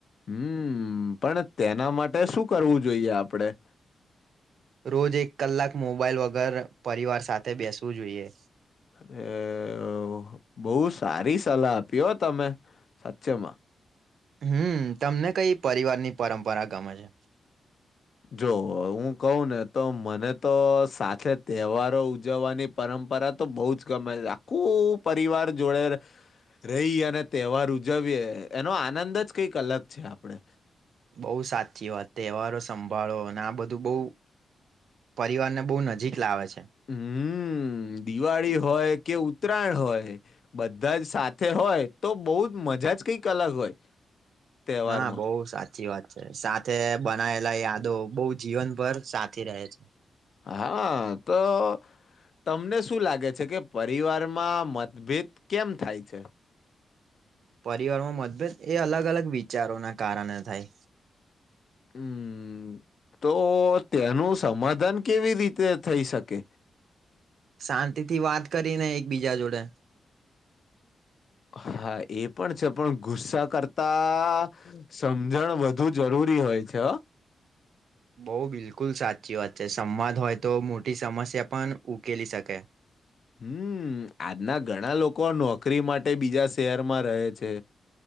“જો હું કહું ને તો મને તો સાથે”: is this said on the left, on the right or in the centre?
Left